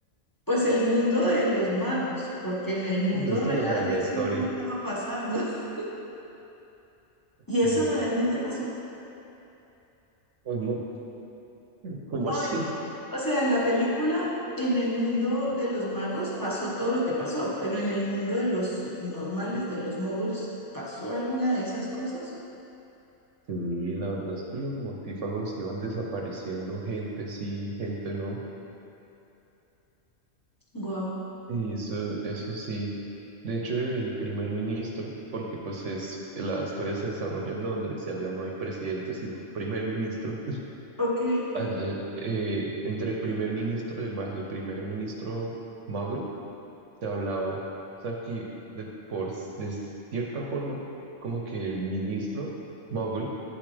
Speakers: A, on the left; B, on the right.
A: Pues el mundo de los magos, porque en el mundo
B: Pues
A: real
B: sí, o sea, la
A: eso
B: historia.
A: no estaba pasando. <laughs> ¿Y
B: Sí.
A: eso realmente pasó?
B: Pues no. ¿Cómo
A: No,
B: así?
A: di- o sea, en la película, en el mundo de los magos pasó todo lo que pasó, pero en el mundo de los normales, de los moguls, ¿pasó alguna de esas cosas?
B: Sí, la verdad es que los mortífagos iban desapareciendo, gente sí, gente no,
A: Wow.
B: y eso, eso sí. De hecho, el primer ministro, porque pues es, la historia se desarrolla en Londres y allá no hay presidente, sino primer ministro.
A: Ok,
B: Allá, eh, entre primer ministro de magia y primer ministro muggle se hablaban. O sea que de, por, s- de cierta forma, como que el ministro muggle